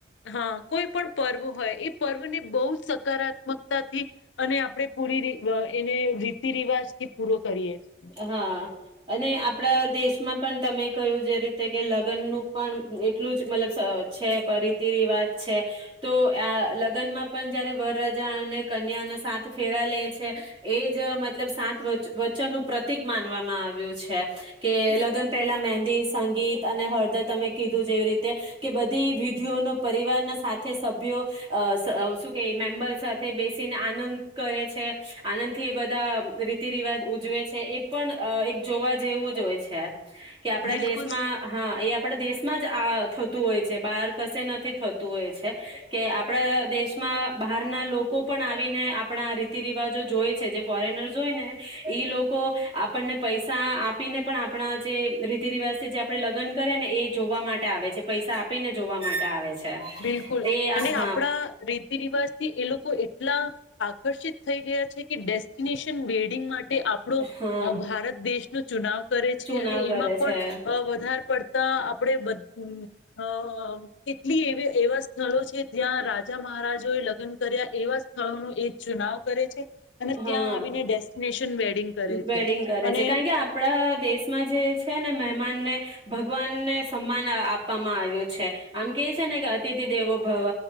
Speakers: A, on the left; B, on the right.
A: હા કોઈ પણ પર્વ હોય એ પર્વ ને બહુ સકારાત્મકતાથી, અને આપણે પૂરી એને રીતિ રિવાજ થી પૂરો કરીએ છીએ
B: હા અને આપણા દેશ માં પણ તમે કહ્યું જે રીતે કે લગ્ન નું પણ એટલું જ મતલબ છે રીતિ રિવાજ છે, તો આ લગ્નમાં પણ જયારે વરરજા અને કન્યા ના સાત ફેરા લે છે, એ જ મતલબ સાત વચ-વચન પ્રતિક માનવામાં આવ્યું છે, કે લગ્ન પહેલા મહેંદી સંગીત અને હળદર તમે કીધું જેવી રીતે, કે બધી વિધિઓનો પરિવારના સાથે સભ્યો, શું કે મેમ્બર સાથે બેસીને આનંદ કરે છે આનંદથી એ બધા રીતિ રિવાજ ઉજવે છે. એ પણ એક જોવા જેવું જ હોય છે. કે આપડા
A: બિલકુલ
B: દેશમાં હા એ આપણા દેશમાં જ આ થતું હોય છે બહાર કશે નથી થતું હોય છે, કે આપણા દેશમાં બહારના લોકો પણ આવીને આપણા રીતિ રિવાજો જોય છે, જે ફોરેનર્સ હોય ને, ઈ લોકો આપણને પૈસા આપીને પણ આપણા જે રીતિ રિવાજ થી જે આપણેે લગ્ન કરે ને એ જોવા માટે આવે છે, પૈસા આપીને જોવા માટે આવે છે.
A: બિલકુલ,
B: એ
A: અને
B: હા
A: આપણા રીતિ રિવાજ થી એ લોકો એટ એટલા આકર્ષિત થઈ ગયા છે. કે ડેસ્ટિનેશન વેડિંગ માટે આપણો
B: હા
A: ભારત દેશ નો ચુનાવ કરે છે
B: ચુનાવ
A: અને
B: કરે
A: એમાં પણ
B: છે
A: વધારે પડતા આપણે બ હ કેટલી એ એવા સ્થળો છે જ્યાં રાજા મહારાજાઓ એ લગ્ન કર્યા એવા સ્થળોનું એક ચુનાવ કરે છે. અને
B: હા.
A: ત્યાં આવીને ડેસ્ટિનેશન વેડિંગ કરે
B: વેડિંગ
A: છે
B: કરે
A: અને
B: છે. કારણ કે આપડા દેશમાં જે છે ને મહેમાનને ભગવાનને સમાન આપવામાં આવ્યું છે. આમ કે છે ને કે અતિથિ દેવો ભવ